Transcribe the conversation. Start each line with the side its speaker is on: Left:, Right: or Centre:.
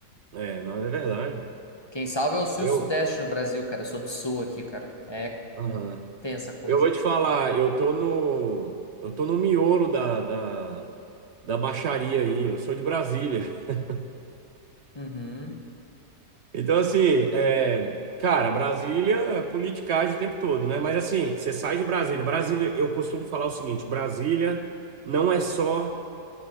Right: É, não, é verdade.
Left: Quem salva é o Sul
Right: Eu,
Left: e o Sudeste no Brasil, cara. Eu sou do Sul aqui, cara. É
Right: aham.
Left: tensa a coisa.
Right: Eu vou te falar, eu tô no, eu tô no miolo da, da, da baixaria aí, eu sou de Brasília. <laughs>
Left: Uhum,
Right: Então, assim, é, cara, Brasília é politicagem o tempo todo, né? Mas, assim, você sai de Brasília. Brasília, eu costumo falar o seguinte: Brasília não é só